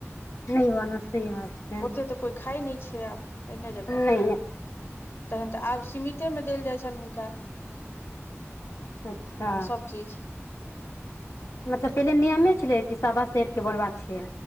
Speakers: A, on the left; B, on the left.
A: नहि बनत सहि बात छै
B: ओते तऽ कोइ खाइ नहि छै आब पहिने जेकाँ
A: नहि
B: तखन तऽ आब सीमिते मे देल जाइ छनि हुनका
A: अच्छा
B: सभ चीज
A: मतलब पहिले नियमे छलै कि सावा सेर के बोनबाक छै